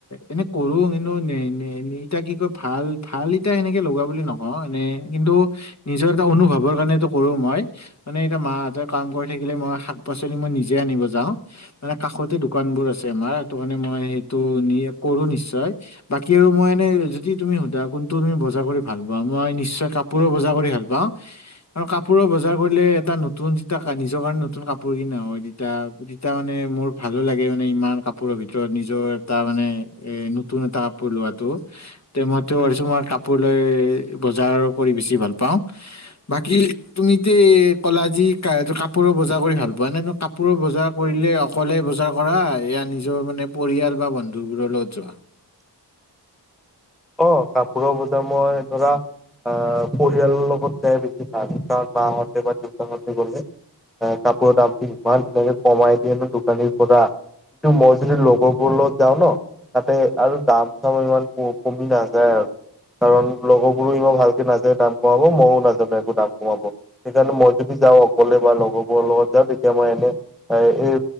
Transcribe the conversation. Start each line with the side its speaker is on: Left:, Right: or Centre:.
Left: এনে কৰো কিন্তু নে নি নি, এতিয়া কি কয় ভাল ভাল ইতিয়া সেনেকে লগা বুলি নকওঁ এনে, কিন্তু নিজৰ এটা অনুভৱৰ কাৰণ সেইটো কৰো মই, মানে এতিয়া মাঁহতে কাম কৰি থাকিলে মই শাক পাচলি মই নিজে আনিব যাওঁ, মানে কাষতে দোকানবোৰ আছে আমাৰ, সেইটো কাৰণে মই সেইটো নি কৰো নিশ্চয়। বাকী আৰু মই এনেই যদি তুমি সোধা কোনটো তুমি বজাৰ কৰি ভাল পোৱা মই নিশ্চয় কাপোৰৰ বজাৰ কৰি ভাল পাওঁ আৰু কাপোৰৰ বজাৰ কৰিলে এটা নতুন যিতা কা নিজৰ কাৰণে নতুন কাপ কাপোৰ কিনা হয় তেতিয়া তেতিয়া মানে মোৰ ভালো লাগে মানে ইমান কাপোৰৰ ভিতৰত নিজৰ এটা মানে এ নতুন এটা কাপোৰ লোৱাটো। তে মইটো ভাবিছোঁ মই কাপোৰ লৈ এ, বজাৰ কৰি বেছি ভাল পাওঁ, বাকী তুমিতে ইতে কলা যি কা-কাপোৰৰ বজাৰ কৰি ভাল পোৱা নাই ন কাপোৰৰ বজাৰ কৰিলে অকলে বজাৰ কৰা, এয়া নিজৰ মানে পৰিয়াল বা বন্ধুবোৰৰ লগত যোৱা?
Centre: অ', কাপোৰৰ বজাৰ মই ধৰা আ পৰিয়ালৰ লগত যাই বেছি ভাল কাৰণ মাহঁতে বা দেউতাহঁতে গ'লে এ, কাপোৰৰ দামটো ইমান ধুনীয়াকে কমাই দিয়ে নো দোকানীৰ পৰা কিন্তু মই যদি লগৰবোৰৰ লগত যাওঁ ন' তাতে আৰু দাম চাম ইমান কম কমি নাযায় আৰু কাৰণ লগৰবোৰো ইমান ভালকে নাযায় দাম কমাব, মইও নাজানো একো দাম কমাব। সেইকাৰণে মই যদি যাওঁ অকলে বা লগৰবোৰৰ লগত যাওঁ তেতিয়া মই এনে এ, এই